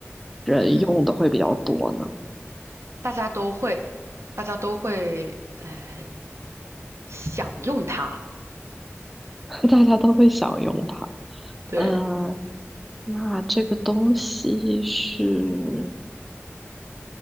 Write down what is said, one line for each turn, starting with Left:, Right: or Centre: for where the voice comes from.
Centre: 人用的会比较多呢？
Right: 嗯，大家都会，大家都会呃享用它，
Centre: <laughs> 大家都会想用它。
Right: 对。
Centre: 呃，那这个东西是